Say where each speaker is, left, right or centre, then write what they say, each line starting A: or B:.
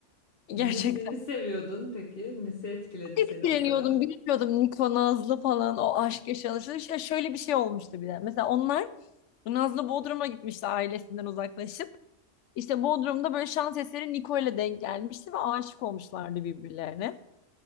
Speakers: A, on the left; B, on the left.
A: Gerçek.
B: Nesini seviyordun peki? Nesi etkiledi
A: etkileniyordum,
B: seni bu kadar?
A: bilmiyordum Niko Nazlı falan o aşk yaşanışı. Ya şöyle bir şey olmuştu bir de. Mesela onlar Nazlı Bodrum'a gitmişti ailesinden uzaklaşıp. İşte Bodrum'da böyle şans eseri Niko ile denk gelmişti ve aşık olmuşlardı birbirlerine.